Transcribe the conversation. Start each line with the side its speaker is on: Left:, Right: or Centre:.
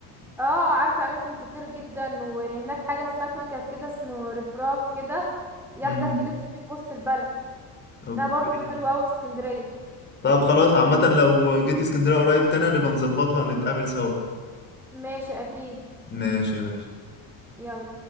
Centre: اه عارفة اماكن كتير جدا وهناك حاجة اسمها تركب كده اسمه رفراف كده ياخدك
Left: امم
Centre: يلف بيك وسط البلد
Left: اوكي
Centre: ده برضو حلو قوي في اسكندرية
Left: طب خلاص عامة لو جيت اسكندرية قريب تاني نبقى نظبطها نتقابل سوا
Centre: ماشي اكيد
Left: ماشي يا باشا
Centre: يلا